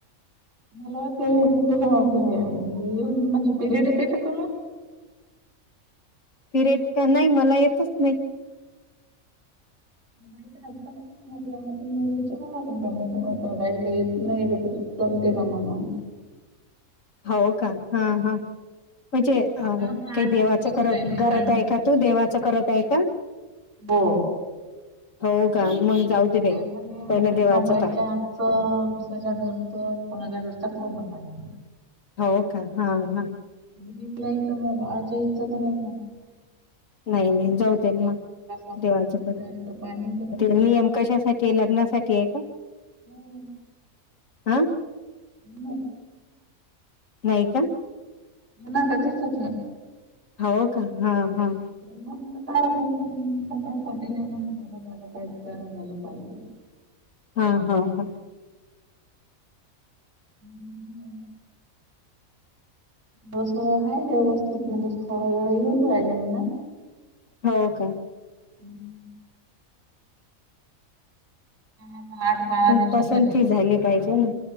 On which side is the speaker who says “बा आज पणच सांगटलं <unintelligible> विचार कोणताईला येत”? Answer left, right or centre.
Right